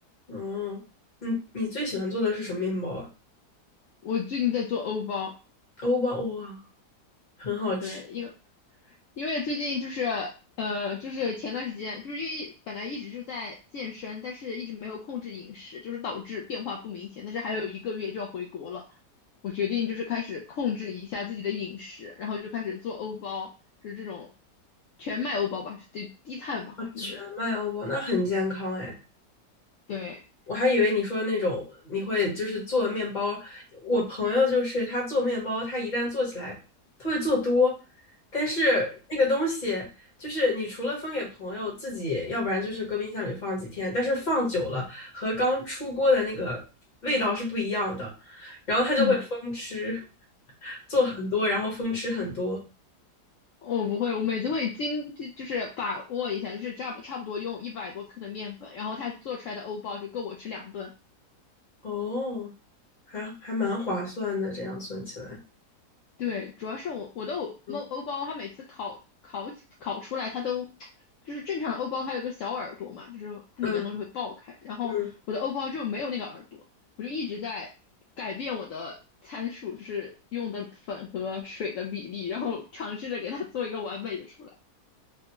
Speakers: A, on the left; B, on the left.
A: 哦，你你最喜欢做的是什么面包啊？
B: 我最近在做欧包，
A: 欧包哇！很好吃
B: 对，因为因为最近就是呃，就是前段时间，就是因为一本来一直是在健身，但是一直没有控制饮食，就是导致变化不明显。但是还有一个月就要回国了，我决定就是开始控制一下自己的饮食，然后就开始做欧包，就是这种全麦欧包吧，低低碳吧，
A: 啊，全麦欧包那很健康哎，
B: 就是对，
A: 我还以为你说那种你会就是做面包，我朋友就是他做面包，他一旦做起来，他会做多，但是那个东西就是你除了分给朋友自己，要不然就是搁冰箱里放几天，但是放久了和刚出锅的那个味道是不一样的，然后他就会疯吃，
B: 嗯。
A: 做很多，然后疯吃很多，
B: 我不会，我每次会精就就是把握一下，就是差不差不多用一百多克的面粉，然后它做出来的欧包就够我吃两顿。
A: 哦，还还蛮划算的，这样算起来。
B: 对，主要是我我的欧欧包，
A: 嗯。
B: 它每次烤烤烤出来，它都就是正常的欧包，它有个小耳朵嘛，就是它里面的东西会爆开，
A: 嗯
B: 然后我的欧包就没有那个耳朵，
A: 嗯，
B: 我就一直在改变我的参数，就是用的粉和水的比例，然后尝试着给它做一个完美的出来。